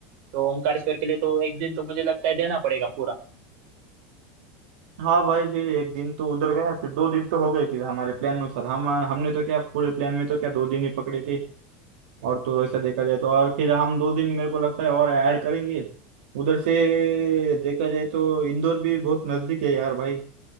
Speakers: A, on the right (about 60°); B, on the right (about 80°).
A: तो ओमकारेश्वर के लिए तो एक दिन तो मुझे लगता है देना पड़ेगा पूरा
B: हाँ भाई फिर एक दिन तो उधर गया फिर दो दिन तो हो गए फिर हमारे प्लान अनुसार हम हमने तो क्या पूरे प्लान में तो क्या दो दिन ही पकड़े थे और तो ऐसा देखा जाए तो और फिर हम दो दिन मेरे को लगता है और ऐड करेंगे उधर से देखा जाए तो इंदौर भी बहुत नजदीक है यार भाई